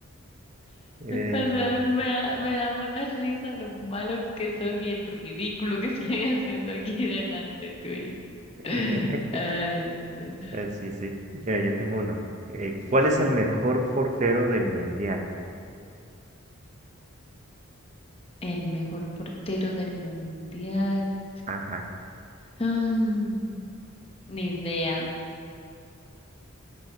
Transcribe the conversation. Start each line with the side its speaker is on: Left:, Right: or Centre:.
Right: Eh,
Left: O sea, me da, me da más risa lo malo que son y el ridículo que <laughs> estoy haciendo aquí delante tuyo.
Right: <laughs>
Left: <laughs> Ay, no.
Right: eh, sí, sí. Mira, yo tengo uno. Eh, ¿cuál es el mejor portero del mundial?
Left: El mejor portero del mundial.
Right: Ajá.
Left: Mm, ni idea.